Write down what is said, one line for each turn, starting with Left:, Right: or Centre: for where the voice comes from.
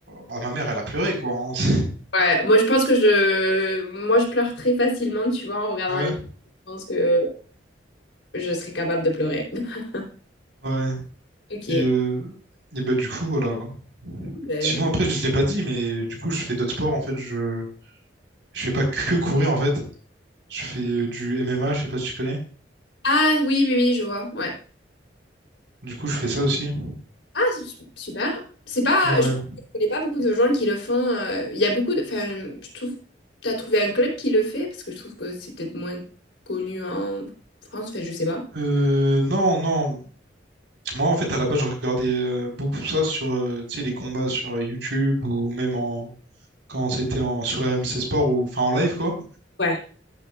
Right: bah, ma mère elle a pleuré quoi. hein. <laughs>
Left: Ouais, moi je pense que je, moi je pleure très facilement, tu vois, en regardant
Right: Ouais
Left: les. films. Je pense que je serais capable de pleurer. <laughs>
Right: ouais
Left: Ok.
Right: et euh, et bah du coup voilà.
Left: Ben,
Right: Sinon, après, je l'ai pas dit, mais du coup, je fais d'autres sports. En fait, je je fais pas que courir. En fait, je fais euh, du MMA. Je sais pas si tu connais.
Left: Ah oui, oui, oui, je vois. Ouais.
Right: Du coup, je fais ça aussi.
Left: Ah, su- su- super. C'est pas,
Right: Ouais.
Left: je Ouais. trouve, que je connais pas beaucoup de gens qui le font. euh, Il y a beaucoup de, enfin, je trouve, t'as trouvé un club qui le fait parce que je trouve que c'est peut-être moins connu en France. Enfin, je sais pas.
Right: Euh, non, non. Moi, en fait, à la base, je regardais euh, beaucoup ça sur, euh, tu sais, les combats sur euh, YouTube ou même en quand c'était en sur R M C Sport ou enfin en live quoi.
Left: Ouais,